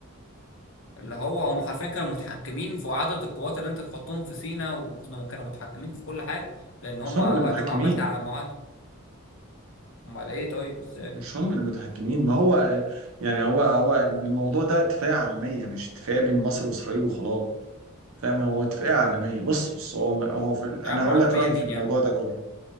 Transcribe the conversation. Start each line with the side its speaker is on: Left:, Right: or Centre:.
Left: اللي هو هم حرفيا كانوا متحكمين في عدد القوات اللي انت تحطهم في سيناء وكانوا متحكمين في كل حاجه لان
Right: مش
Left: هم
Right: هم
Left: وقت
Right: اللي متحكمين
Left: ما عملت على معاهده امال ايه طيب ازاي
Right: مش هم المتحكمين ما هو يعني هو هو الموضوع ده اتفاقية عالمية مش اتفاقية بين مصر وإسرائيل وخلاص فاهم هو اتفاقية عالمية بص بص هو هو في ال...
Left: يا
Right: أنا
Left: عم
Right: هقول
Left: عالميه
Right: لك رأيي
Left: مين
Right: في الموضوع
Left: يا عم
Right: ده كله